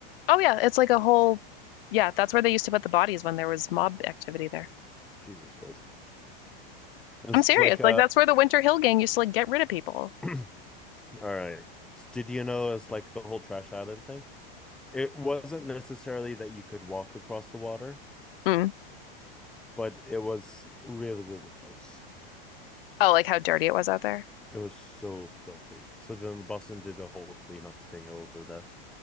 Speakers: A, on the left (about 70°); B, in the centre.
A: Oh yeah, it's like a whole yeah, that's where they used to put the bodies when there was mob activity there.
B: Jesus Christ. It's
A: I'm serious.
B: like uh,
A: Like that's where the Winter Hill gang used to like get rid of people.
B: <clears throat> all right. Did you know it's like the whole trash island thing? It wasn't necessarily that you could walk across the water
A: Mm.
B: but it was really, really close.
A: Oh, like how dirty it was out there.
B: It was so filthy. So then Boston did a whole cleanup thing over that.